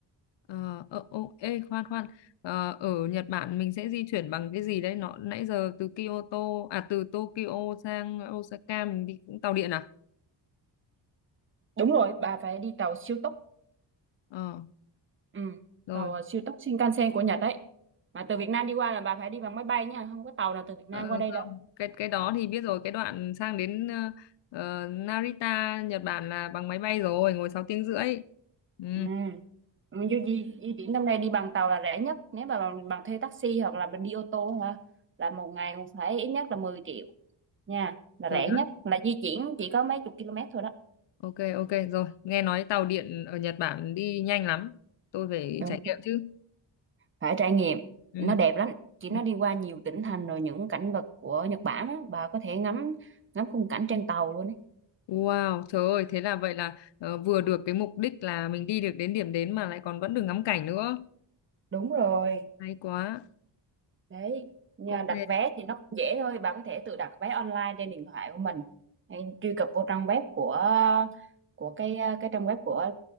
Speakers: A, on the left; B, on the right.
A: Ờ, ờ, ô, ê, khoan khoan Ờ, ở Nhật Bản mình sẽ di chuyển bằng cái gì đấy nó nãy giờ từ Kyoto à từ Tokyo sang Osaka mình đi cũng tàu điện à
B: Đúng rồi, bà phải đi tàu siêu tốc.
A: ờ
B: Ừ,
A: rồi
B: tàu ờ, siêu tốc Shinkansen của Nhật đấy. Mà từ Việt Nam đi qua là bà phải đi bằng máy bay nha, không có tàu nào từ Việt
A: Ờ,
B: Nam qua đây đâu.
A: không cái cái đó thì biết rồi cái đoạn sang đến ờ, ờ, Narita Nhật Bản là bằng máy bay rồi ngồi sáu tiếng rưỡi ừ,
B: Ừ. Mình di, di di chuyển năm nay đi bằng tàu là rẻ nhất. Nếu mà bằng, bằng thuê taxi hoặc là đi ô tô hả? Là một ngày cũng phải ít nhất là 10 triệu nha, là
A: rồi
B: rẻ
A: đó
B: nhất là di chuyển chỉ có mấy chục km thôi đó.
A: ok ok rồi nghe nói tàu điện ở Nhật Bản đi nhanh lắm tôi phải
B: Đúng.
A: trải nghiệm chứ
B: phải trải nghiệm
A: ừ.
B: nó đẹp lắm chị nó
A: ừ.
B: đi qua nhiều tỉnh thành rồi những cảnh vật của Nhật Bản á, bà có thể ngắm ngắm khung cảnh trên tàu luôn ấy
A: Wow trời ơi thế là vậy là ờ, vừa được cái mục đích là mình đi được đến điểm đến mà lại còn vẫn được ngắm cảnh nữa
B: đúng rồi
A: hay quá
B: đấy nhà
A: ok
B: đặt vé thì nó cũng dễ thôi bà có thể tự đặt vé online trên điện thoại của mình hay truy cập vô trang web của của cái cái trang web của